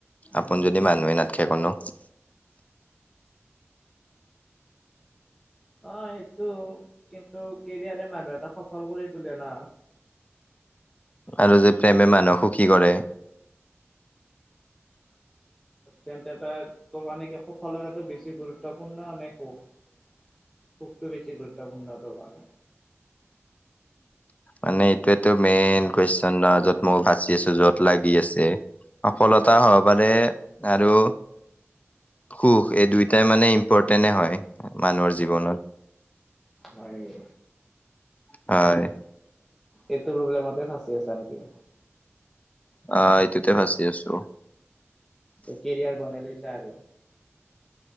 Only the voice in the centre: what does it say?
উম
উম
অঁ সেইটো কিন্তু কেৰিয়াৰে মানুহ এটা শব্দ ফল কৰি তোলে ন।
তেন্তে তাৰ তোৰ কাৰণে কি সফলতাটো বেছি গুৰুত্বপূৰ্ণ মান একো। সুখ তো বেছি গুৰুত্বপূৰ্ণ ভাল হয়।
হয় দে
এইটো প্ৰব্লেমতে ফাঁচি আছা নেকি।
তই কেৰিয়াৰ বনাই লৈছা। আৰু!